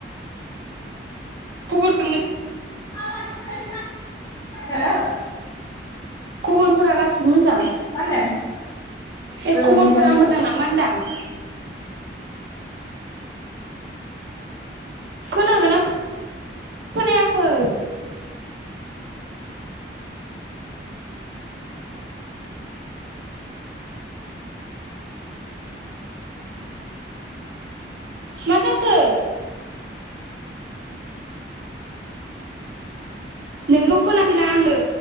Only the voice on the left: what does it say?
<unintelligible> हो
मा होनदों
ओ
मोजांथ'